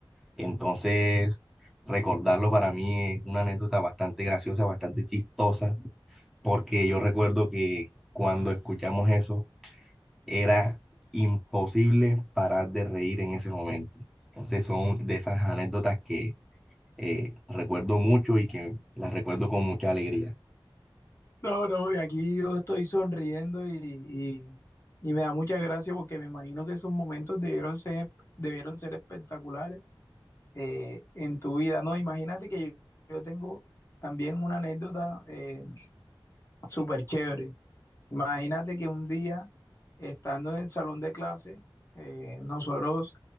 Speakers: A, in the centre; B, on the left.
A: Entonces, recordarlo para mí es una anécdota bastante graciosa, bastante chistosa, porque yo recuerdo que cuando escuchamos eso, Era imposible parar de reír en ese momento. Entonces son de esas anécdotas que eh, recuerdo mucho y que las recuerdo con mucha alegría.
B: No, no, y aquí yo estoy sonriendo y, y, y me da mucha gracia porque me imagino que esos momentos debieron ser, debieron ser espectaculares eh, en tu vida. No, imagínate que yo, yo tengo también una anécdota eh, súper chévere. Imagínate que un día, estando en el salón de clase, eh, nosotros